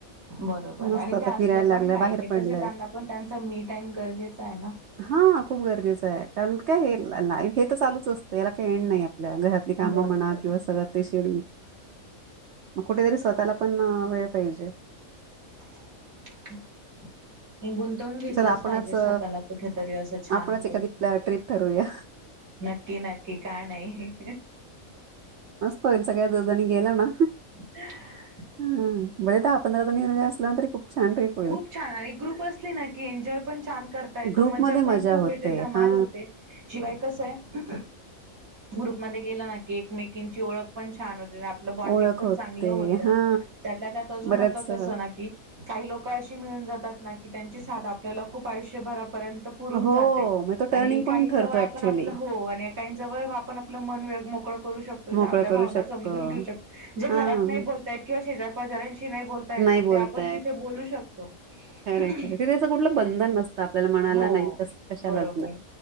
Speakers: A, on the right; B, on the right.
A: बरोबर आहे
B: मस्त
A: आणि
B: आता
A: ते असलं
B: फिरायला लागल्या
A: पण पाहिजे
B: बाहेर पडलंय
A: कसं, त्यांना पण त्यांच मी टाईम गरजेच आहे ना
B: हा खूप गरजेचं आहे, कारण काय लाईफ हे हे तर चालू. याला काही येन नाही, आपल्या घरातली काम
A: बरोबर
B: म्हणा किंवा सगळं ते शेडून. मग कुठेतरी स्वतःला पण वेळ पाहिजे.
A: <unintelligible> हे गुंतवून घेतलंच
B: चल आपणच
A: पाहिजे,
B: अ,
A: स्वतःला कुठेतरी असं छान
B: आपणच एखादी
A: पैकी.
B: ट्रिप ठरूया
A: नक्की नक्की का नाही.
B: होईलच सगळ्या जणी गेलं ना?
A: ह <unintelligible>
B: हम बरे दहा पंधरा जणी. असल्या तरी खूप छान ट्रिप होईल
A: खूप छान आहे एक ग्रुप असली ना, की एन्जॉय पण छान करता येतो
B: ग्रुपमध्ये
A: मजा पण खूप
B: होते
A: येत. ते धमाल
B: हा
A: होते. शिवाय कस आहे ग्रुप मध्ये गेलं ना, क एकमेकींची ओळख पण छान होते. आपलं बॉन्डिंग
B: ओळख
A: पण
B: होते
A: चांगलं होतं,
B: हा
A: त्यातला त्यात अजून
B: बऱ्याच
A: होतं कस
B: अ,
A: ना की. काही लोक अशी मिळून जातात ना, की त्यांची साथ आपल्याला खूप आयुष्यभर. पर्यंत पुरून
B: हो,
A: जाते
B: मग तो टर्निंग
A: आणि
B: पॉईंट
A: काही
B: ठरतो
A: जवळ आपण
B: ऍक्च्युली.
A: आपलं हो. काही जवळ आपण आपलं मन वेग मोकळं करू शकतो, ज्या
B: मोकळं
A: आपल्या
B: करू
A: भावना
B: शकतो.
A: समजून घेऊ शकतो. जे घरात
B: हां,
A: नाही बोलतायत किंवा शेजार पाजऱ्यांशी नाही बोलतायत
B: नाही
A: मग
B: बोलतायत.
A: ते आपण. तिथे बोलू शकतोे,
B: खरंय, खरंय. तिथे असं कुठलं बंधन नसतं आपल्याला मनाला
A: हो
B: नाही कसलं कशालाच
A: बरोबर.
B: ना.